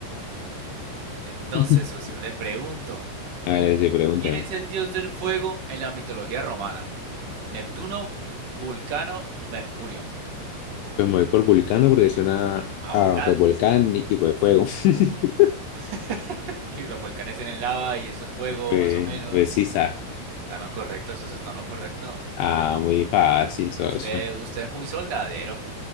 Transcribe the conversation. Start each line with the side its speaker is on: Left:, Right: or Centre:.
Right: Entonces,
Left: <laughs>
Right: socio, les pregunto:
Left: A ver, socio, pregúnteme.
Right: ¿quién es el dios del fuego en la mitología romana? ¿Neptuno, Vulcano, Mercurio?
Left: Pues me voy por vulcano porque suena
Right: A Volcán.
Left: a pues, volcán y, y, pues fuego. <laughs>
Right: <laughs> Y los volcanes tienen lava y eso es fuego,
Left: Pues,
Right: más o menos.
Left: pues sí, sa-
Right: Está en lo correcto, eso eso está en lo correcto.
Left: Ah, muy fácil, socio.
Right: Usted, usted es muy soldadero.